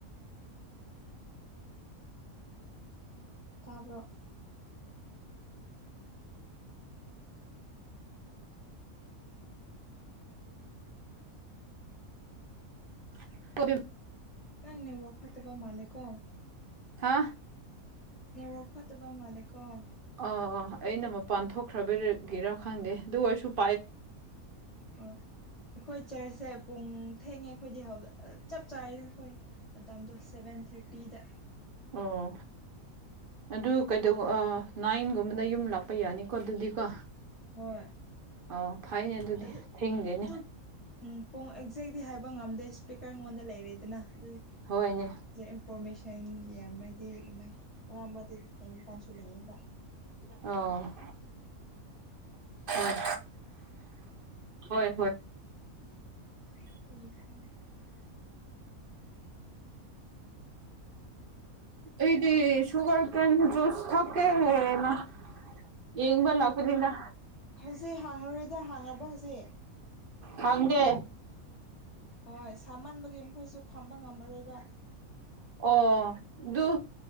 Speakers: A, on the left; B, on the right.
A: ꯇꯥꯕ꯭ꯔꯣ
B: <unintelligible>
A: ꯅꯪ ꯅꯦꯠꯋꯥꯛ ꯐꯠꯇꯕ ꯃꯥꯂꯦꯀꯣ
B: ꯍꯥ
A: ꯅꯦꯠꯋꯥꯔꯛ ꯐꯠꯇꯕ ꯃꯥꯜꯂꯦ ꯀꯣ
B: ꯑꯥ ꯑꯥ ꯑꯩꯅ ꯃꯄꯥꯟ ꯊꯣꯛꯈ꯭ꯔꯕꯒꯤꯔꯥ ꯈꯪꯗꯦ ꯑꯗꯨ ꯑꯣꯏꯁꯨ
A: ꯍꯣꯏ ꯑꯈꯣꯏ ꯆ꯭ꯔꯁꯁꯦ ꯄꯨꯡ ꯊꯦꯡꯉꯦ ꯑꯈꯣꯏꯗꯤ ꯆꯞ ꯆꯥꯏꯗ ꯑꯈꯣꯏ ꯃꯇꯝꯗꯣ ꯁꯚꯦꯟ ꯊꯥꯔꯇꯤꯗ
B: ꯑꯣ ꯑꯗꯨ ꯀꯩꯗꯧꯕ ꯑꯥ ꯅꯥꯏꯟꯒꯨꯝꯕꯗ ꯌꯨꯝ ꯂꯥꯛꯄ ꯌꯥꯅꯤꯀꯣ ꯑꯗꯨꯗꯤꯀꯣ
A: ꯍꯣꯏ
B: ꯑꯣ ꯐꯩꯅꯦ ꯑꯗꯨꯗꯤ
A: ꯑꯗꯨ
B: ꯊꯦꯡꯗꯦꯅꯦ
A: ꯑꯗꯨ ꯎ <unintelligible> <unintelligible> ꯍꯥꯏꯕ ꯉꯝꯗꯦ ꯏꯁ꯭ꯄꯤꯀꯔ ꯑꯩꯉꯣꯟꯗ ꯂꯩꯔꯦꯗꯅ ꯑꯗꯨꯏ
B: ꯍꯣꯏꯅꯦ
A: ꯏꯟꯐꯣꯔꯃꯦꯁꯟ ꯌꯥꯝꯃꯗꯤ ꯑꯗꯨꯃꯥꯏꯅ ꯃꯔꯥꯛ ꯃꯔꯛꯇ ꯁꯦꯝꯕ ꯀꯥꯟꯁꯨ ꯂꯩꯕ
B: ꯑꯣ ꯎ ꯍꯣꯏ ꯍꯣꯏ
A: <unintelligible> <inaudible>
B: ꯑꯩꯗꯤ ꯁꯨꯒꯔ ꯀꯦꯟ ꯖꯨꯁ ꯊꯛꯀꯦꯅ ꯌꯦꯡꯕ ꯂꯛꯄꯅꯤꯗ
A: ꯍꯧꯖꯤꯛ ꯍꯥꯡꯉꯔꯣꯏꯗ ꯍꯥꯡꯉꯕ ꯍꯧꯖꯤꯛ
B: ꯍꯥꯡꯗꯦ
A: ꯍꯣꯏ ꯁꯥꯃꯟꯕꯒꯤ ꯃꯈꯣꯏꯁꯨ ꯐꯝꯕ ꯉꯝꯃꯔꯣꯏꯕ
B: ꯑꯣ ꯑꯗꯨ